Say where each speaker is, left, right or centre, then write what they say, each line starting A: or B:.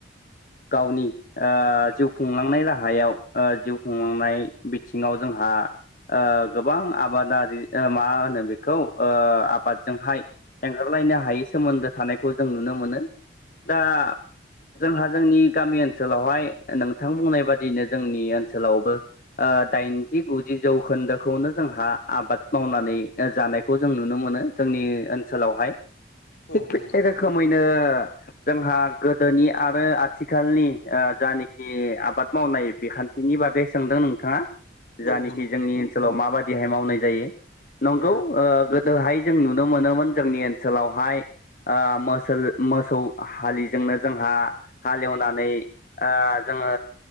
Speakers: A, on the left (about 45°); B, on the left (about 80°).
A: गावनि ओ जिउ खुंलांनाय राहायाव ओ जिउ खुंलांनाय बिथिङाव जोंहा ओ गोबां आबादारि ओ मा होनो बेखौ ओ आबादजोंहाय एंगारलायनो हायै सोमोन्दो थानायखौ जों नुनो मोनो दा जोंहा जोंनि गामि ओनसोलावहाय नोंथां बुंनाय बादिनो जोंनि ओनसोलावबो ओ दाइनजि गु जि जौखोन्दोखौनो जोंहा आबाद मावनानै जानायखौ जों नुनो मोनो जोंनि ओनसोलावहाय
B: हागोन
A: थिग बे रोखोमैनो जोंहा गोदोनि आरो आथिखालनि ओ जानोखि आबाद मावनाय बिखान बिनि बागै सोंदों नोंथाङा
B: नामा
A: जानोखि
B: नोंथां औ नंगौ
A: जोंनि ओनसोलाव माबादिहाय मावनाय जायो नंगौ
B: औ
A: ओ दोहाय जों नुनो मोनोमोन जोंनि ओनसोलावहाय ओ मोसोल मोसौ हालिजोंनो जोंहा हालेवनानै ओ जोङो